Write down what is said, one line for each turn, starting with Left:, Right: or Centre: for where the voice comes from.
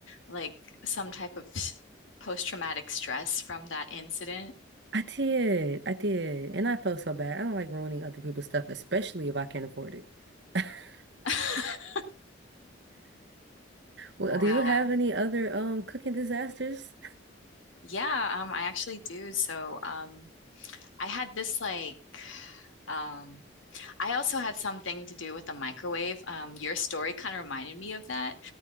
Left: like some type of s- post-traumatic stress from that incident.
Right: I did. I did. And I felt so bad. I don't like ruining other people's stuff, especially if I can't afford it. <laughs>
Left: <laughs>
Right: Well,
Left: Yeah.
Right: do you have any other um cooking disasters?
Left: Yeah, um, I actually do. So, um, I had this like, um, I also had something to do with the microwave. Um, your story kind of reminded me of that.